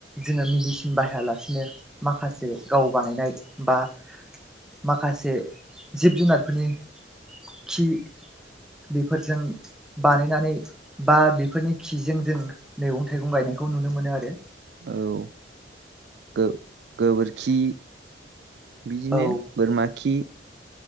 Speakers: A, in the centre; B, on the right.
A: जोङो मेडिसिन बाहायालासिनो माखासे गाव बानायनाय बा माखासे जिब जुनारफोरनि खि बेफोरजों बानायनानै बा बेफोरनि खिजों जों मैगं थाइगं गायनायखौ नुनो मोनो आरो
B: औ औ गोबोरखि बिदिनो
A: औ
B: बोरमा खि